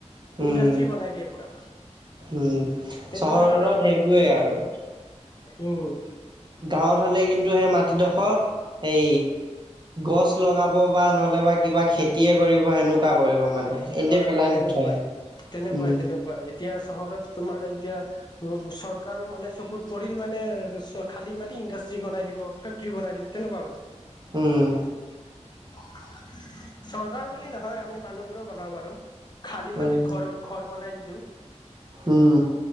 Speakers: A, on the right; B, on the left.
A: উম
B: ইণ্ডাষ্ট্ৰী বনাই দিয়ে পুৰা।
A: উম,
B: তেনেকুৱাই
A: চহৰত
B: কথাবোৰ
A: সেইবোৰেই
B: অলপ
A: আৰু।
B: উম।
A: গাঁৱত হ'লে কিন্তু সেই মাটিডোখৰ হেই গছ লগাব বা নহ'লে বা কিবা খেতিয়ে কৰিব সেনেকা কুৱা কৰিব মানে, এনে
B: হয়
A: পেলাই
B: হয় তেনেকুৱাই
A: নথয়
B: তেনেকুৱাই
A: উম।
B: তেনেকুৱাই এতিয়া চহৰত তোমাৰ এতিয়া চৰকাৰৰ মানে চকুত পৰিল মানে খালী মাটি ইণ্ডাষ্ট্ৰি বনাই দিব। ফেক্টৰী বনাই দিব, তেনেকুৱা মানে
A: উম।
B: চৰকাৰ বুলি নহয় আমি মানুহবোৰো বনাব পাৰোঁ। খালী
A: উম
B: মাটিত ঘৰ ঘৰ বনাই দি দিওঁ।
A: উম